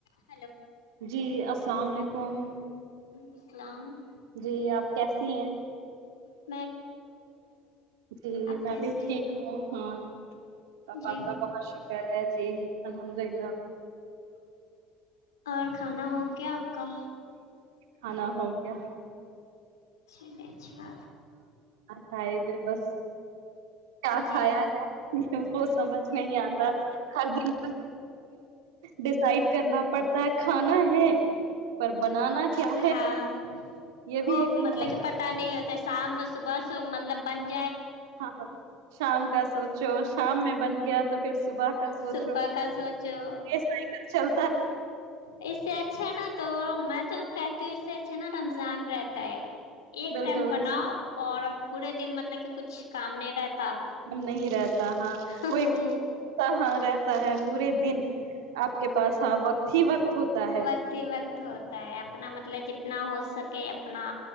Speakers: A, on the left (about 80°); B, on the right (about 75°).
A: ج
B: جی سامنے کم
A: اسلام
B: جی آپ کیسی ہیں
A: ہ
B: جی
A: آپ
B: میں
A: کیسے
B: بھی
A: ہیں؟
B: ٹھیک ہوں ہاں پپاپ
A: جی
B: کا بہت شکر ہے جی الحمد للہ
A: اور کھانا ہو گیا آپ کا
B: ہانا ہو گیا
A: چلچا
B: ہائی و بس کیا کھایا
A: جی جی
B: جائے وہ سمجھ نہیں آتا ہر دن ڈسائڈ کرنا پڑتا کھانا ہے پر بنانا ہے کیا
A: ہاں
B: یہ بھی
A: وہ
B: ایک
A: مطلب
B: سوال
A: کہ پتا نہیں ہوتا شام صبح سے مطلب بند
B: ہاں ہاں شام کا سوچو شام میں بن گیا تو پھر صبح کا سوچو
A: صبح کا سوچو
B: سائیکل چل
A: اس سے اچھا نا تو میں تو کہتے اس سے اچھا نا رمضان رہتا ہے ایک
B: بالکل
A: ٹائم بناؤ اور پورے دن مطلب کہ کچھ کام نہیں رہتا
B: ہم نہیں رہتا ہاں
A: ہ
B: وہ ایک ہاں رہتا ہے پورے دن آپ کے پاس ہ وقت ہی وقت ہوتا ہے
A: وقت ہی وقت ہوتا ہے اپنا مطلب جتنا ہو سکتا کہ اپنا